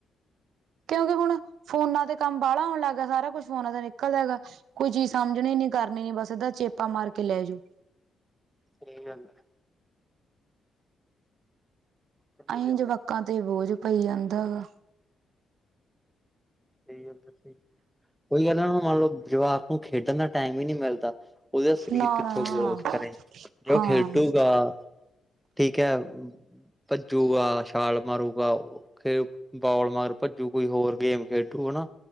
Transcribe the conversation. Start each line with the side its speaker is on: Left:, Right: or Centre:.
Right: ਕਿਉਂਕਿ ਹੁਣ ਫੋਨਾਂ ਤੇ ਕੰਮ ਬਾਲਾ ਆਣ ਲੱਗ ਗਿਆ ਸਾਰਾ ਕੁਛ ਫੋਨਾਂ ਤੇ ਨਿਕਲ ਜਏਗਾ ਕੋਈ ਚੀਜ਼ ਸਮਝਣੀ ਨੀ ਕਰਨੀ ਬਸ ਏਦਾਂ ਚੇਪਾ ਮਾਰ ਕੇ ਲੈ ਜਾਓ।
Centre: ਸਈ ਗੱਲ ਐ। ਸਹੀ
Right: ਅਹੀ
Centre: ਗੱਲ
Right: ਜਵਾਕਾਂ
Centre: ਹੈ
Right: ਤੇ ਬੋਝ ਪਈ ਜਾਂਦਾ ਹੈਗਾ।
Centre: ਸਈ ਗੱਲ ਉਹੀ ਏ ਨਾ ਮੰਨ ਲਓ ਜਵਾਕ ਨੂੰ ਖੇਡਣ ਦਾ ਟਾਈਮ ਹੀ ਨਈ ਮਿਲਦਾ। ਉਹਦਾ ਸਰੀਰ
Right: ਨਾ
Centre: ਕਿੱਥੋਂ
Right: ਨਾ
Centre: ਗਰੋਥ ਕਰੇ ਜ ਓ
Right: ਹਾਂ
Centre: ਖੇਡੂਗਾ ਠੀਕ ਹੈ। ਭੱਜੂਗਾ, ਛਾਲ ਮਾਰੂਗਾ, ਖੇ ਬੋਲ ਮਾਰੂ, ਭੱਜੂ ਕੋਈ ਹੋਰ ਗੇਮ ਖੇ ਟੂ ਹਨਾ।